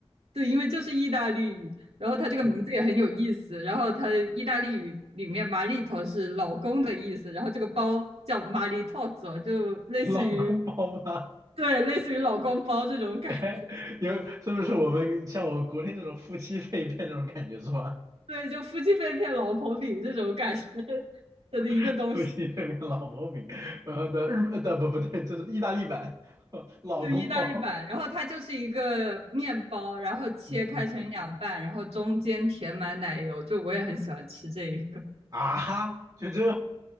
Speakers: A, on the right; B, on the right.
A: 对，因为就是意大利语，然后它这个名字也很有意思。然后它意大利语里面 m 里头是老公的意思，然后这个包叫 m 里透 i 就类似于
B: <laughs> 老公包吗？
A: 对，类似于老公包这种感觉。
B: <laughs> 有是不是我们像我国内那种夫妻肺片那种感觉是吧？
A: 对，就夫妻肺片、老婆饼这种感觉 <laughs> 的一个东西。
B: <laughs> 夫妻肺片老婆饼，呃的日呃，的不不对，这是意大利版 <laughs> 老公包，
A: 对，意大利版，然后它就是一个面包，然后切开成两半，
B: 嗯嗯
A: 然后中间填满奶油，就我也很喜欢吃这一个
B: 啊哈，就这，